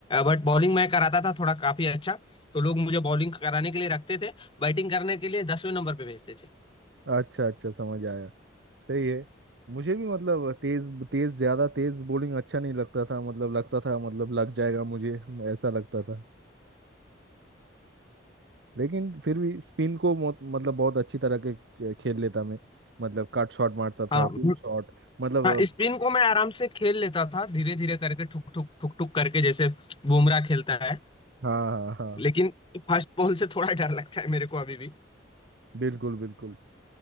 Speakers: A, on the left (about 25°); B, on the right (about 65°).
A: बट बॉलिंग मैं कराता था थोड़ा काफी अच्छा तो लोग मुझे बॉलिंग कराने के लिए रखते थे बैटिंग करने के लिए दसवें नंबर पे भेजते थे
B: अच्छा अच्छा समझ आया सही है मुझे भी मतलब तेज तेज ज्यादा तेज बॉलिंग अच्छा नहीं लगता था मतलब लगता था मतलब लग जाएगा मुझे ऐसा लगता था लेकिन फिर भी स्पिन को मो- मतलब बहुत अच्छी तरह के के- खेल लेता मैं मतलब कट शॉट मारता
A: हाँ
B: था पिन शॉट मतलब
A: हाँ स्पिन को मैं आराम से खेल लेता था धीरे धीरे करके ठुक ठुक ठुक ठुक करके जैसे बुमराह खेलता है
B: हाँ हाँ हाँ
A: लेकिन फर्स्ट बॉल से थोड़ा डर लगता है मेरे को अभी भी
B: बिल्कुल बिल्कुल